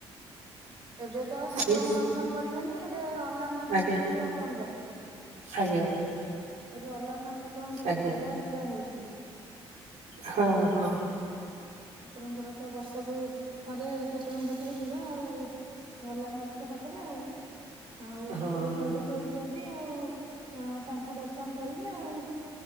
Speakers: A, on the right (about 35°); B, on the right (about 60°).
A: ଏବେ ତ ଠାକୁରଙ୍କୁ
B: ଏଇ
A: ଦର୍ଶନ କରିବେନି ଏବେ ଅଲାରନାଥ
B: ଆଜ୍ଞା
A: ଠାକୁରଙ୍କୁ ଦର୍ଶନ କରିବେ।
B: ଆଜ୍ଞା।
A: ଏବେ ଅଲାରନାଥ ଠାକୁରଙ୍କ ପାଖରେ
B: ଆଜ୍ଞା
A: ପ୍ରବଳ ଭିଡ ହଉଛି।
B: ହଁ ହଁ।
A: ଠାକୁରଙ୍କର ତ ବର୍ଷକୁ ଥରେ ଠାକୁରଙ୍କ ପାଖରେ ଭିଡ ଆଉ। ଅଲାରନାଥଙ୍କ ପାଖରେ ଆଉ ଆଉ
B: ହଁ
A: ଠାକୁରତ ଏବେ ଶୋଇଛନ୍ତି ଚନ୍ତି ଆଉ ତାଙ୍କୁ ଦର୍ଶନ କରିବେ ଆଉ।